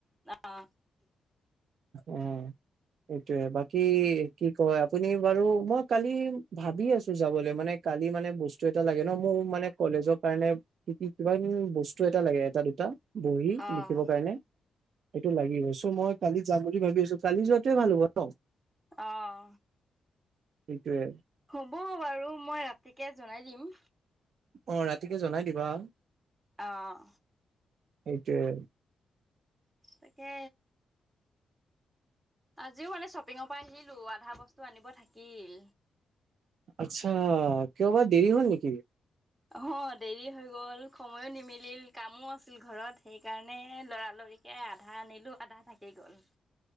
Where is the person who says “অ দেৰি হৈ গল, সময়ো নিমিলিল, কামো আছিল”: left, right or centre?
Right